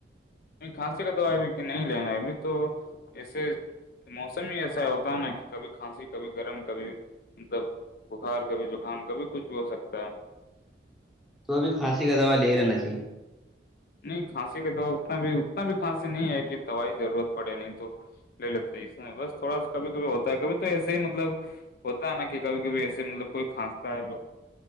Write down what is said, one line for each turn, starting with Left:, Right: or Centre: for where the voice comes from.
Left: نہیں کھانسی کا تو ابھی کہ نہیں لینا ہے ابھی تو ایسے موسم ہی ایسا ہوتا ہے نا کہ کبھی کھانسی کبھی گرم کبھی مطلب بخار کبھی زکام کبھی کچھ بھی ہو سکتا ہے
Centre: تو بھی کھانسی کا دوا لے رہا نا صی
Left: نہیں کھانسی کا دوا اتنا بھی اتنا بھی کھانسی نہیں ہے کہ دوائی کی ضرورت پڑے نہیں تو لے لیتے ہیں اس بس تھوڑا سا کبھی کبھی ہوتا ہے کبھی تو ایسے ہی مطلب ہوتا ہے نا کہ کبھی کبھی ایسے مطلب کوئی کھانستا ہے لوگ